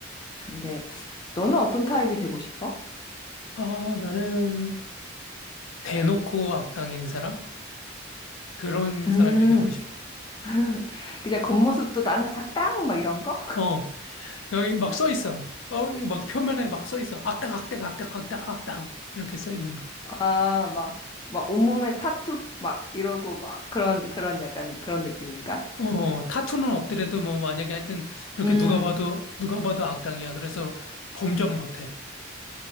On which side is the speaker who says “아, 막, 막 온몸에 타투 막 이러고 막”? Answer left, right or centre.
Left